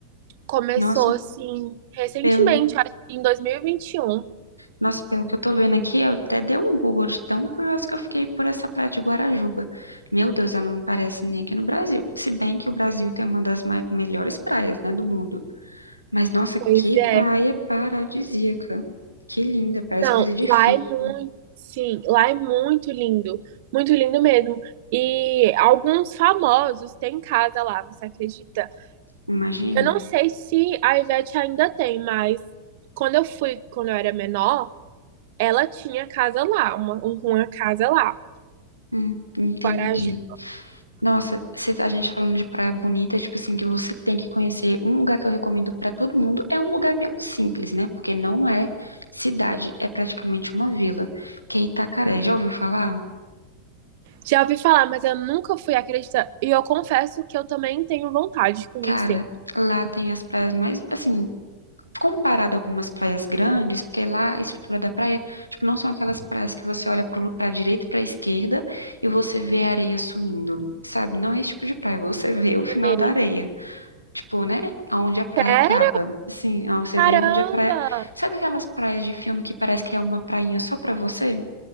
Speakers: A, on the right (about 50°); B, on the left (about 85°).
A: começou
B: Nossa,
A: assim recentemente,
B: pelo
A: acho que em dois mil e vinte e um
B: Nossa, pelo que eu tô vendo aqui, eu até dei um Google de tão curioso que eu fiquei por essa praia de Guarajuba. Meu Deus, ela não parece nem aqui no Brasil. Se bem que o Brasil tem uma das mai- melhores praias, né, do mundo. Mas nossa,
A: Pois
B: que
A: é.
B: praia paradisíaca. Que linda, parece
A: Não,
B: coisa de
A: lá
B: filme,
A: é muito, sim, lá é muito lindo, muito lindo mesmo. E alguns famosos têm casa lá, você acredita?
B: imagino.
A: Eu não sei se a Ivete ainda tem, mas quando eu fui, quando eu era menor, ela tinha casa lá, uma, um- uma casa lá,
B: Hum, entendi.
A: Guarajá.
B: Nossa, se a gente falando de praia bonita, tipo assim, que você tem que conhecer, um lugar que eu recomendo pra todo mundo é um lugar meio simples, né? Porque não é cidade, é praticamente uma vila, que é Itacaré. Já ouviu falar?
A: Já ouvi falar, mas eu nunca fui, acredita? E eu confesso que eu também tenho vontade de conhecer.
B: Cara, lá tem as praias mais, assim, comparado a algumas praias grandes, porque lá a estrutura da praia, tipo, não são aquelas praias que você olha pro, pra direita e pra esquerda e você vê a areia sumindo, sabe? Não é esse tipo de praia, você vê o final
A: Sei.
B: da areia. Tipo, né? Aonde a praia
A: Sério?
B: acaba. Sim, ah, você
A: Caramba!
B: vê onde a praia. Sabe aquelas praias de filme que parece que é uma prainha só pra você?